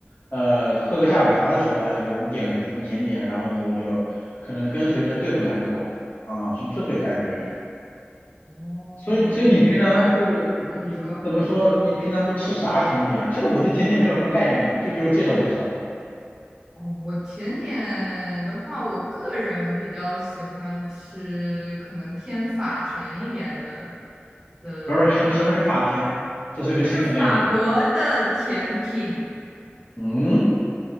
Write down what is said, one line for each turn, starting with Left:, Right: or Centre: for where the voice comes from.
Left: 呃，喝个下午茶的时候，哎，有人点了个什么甜点，然后呢，我就可能跟随着对付两口啊，是这个感觉。
Right: 哦，
Left: 所以所以你平常就是你怎么说？
Right: 你不会觉得啊？你说
Left: 你平常都吃啥甜点啊？其实我对甜点没有什么概念了，你给不给我介绍介绍？
Right: 哦，我甜点的话，我个人比较喜欢吃可能偏法甜一点的的那种，
Left: 不是不是，什么什么是法甜？这是个新的概念。
Right: 就是法国的甜品。
Left: 嗯，